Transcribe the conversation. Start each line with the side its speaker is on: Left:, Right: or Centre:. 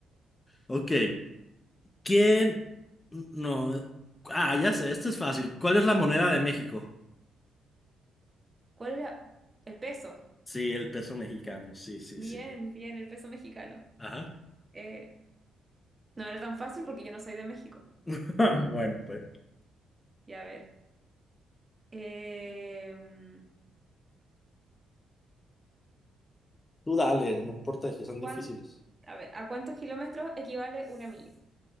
Left: <laughs> Ok. ¿Quién? No. Ah, ya sé, esto es fácil. ¿Cuál es la moneda de México?
Right: ¿cuál era el peso?
Left: Sí, el peso mexicano. Sí, sí,
Right: Bien,
Left: sí.
Right: bien, el peso mexicano.
Left: Ajá.
Right: Eh, no era tan fácil porque yo no soy de México.
Left: <laughs> Bueno, pues.
Right: Ya, a ver. Em,
Left: Tú dale, no importa si son
Right: ¿cuán-
Left: difíciles.
Right: a ver, ¿a cuántos kilómetros equivale una milla?